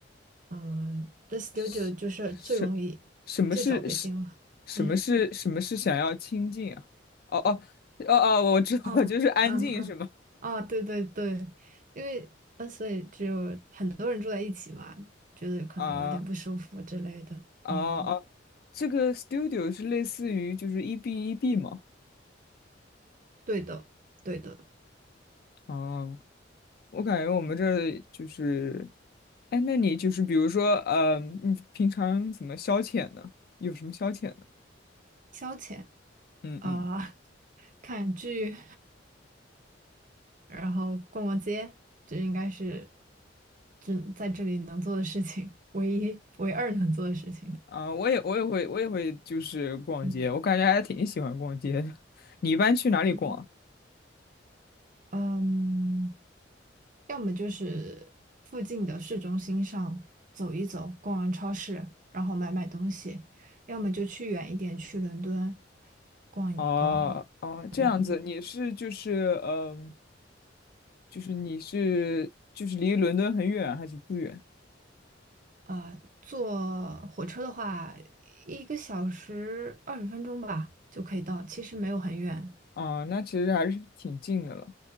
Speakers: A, on the right; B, on the left.
A: 嗯，t h e
B: 是是，
A: studio 就是最容易、
B: 什么是是，
A: 最早被定了。
B: 什么是什么是想要清静啊？
A: 嗯，
B: 哦哦哦哦，我知道了，
A: 哦，
B: 就是安静是吗？
A: 嗯嗯，哦，对对对，因为呃，所以只有很多人住在一起嘛，觉得可能有点不舒服之类的。
B: 啊啊啊，
A: 嗯，
B: 这个 studio 是类似于就是 EB EB 吗？
A: 对的，对的，
B: 哦。我感觉我们这儿就是，哎，那你就是比如说，嗯，你平常怎么消遣呢？有什么消遣呢？
A: 消遣
B: 嗯嗯，
A: 啊，<laughs> 看剧。然后逛逛街，这应该是这在这里能做的事情，唯一唯二能做的事情。
B: 啊，我也我也会我也会就是逛街，
A: 嗯
B: 我感觉还挺喜欢逛街的。<laughs> 你一般去哪里逛？
A: 嗯嗯，要么就是附近的市中心上走一走，逛完超市，然后买买东西；要么就去远一点，去伦敦逛一逛。
B: 哦哦，这样子，
A: 嗯，
B: 你是就是嗯、就是你是就是离伦敦很远还是不远？
A: 呃，坐火车的话，一个小时二十分钟吧就可以到，其实没有很远。
B: 啊，那其实还是挺近的了。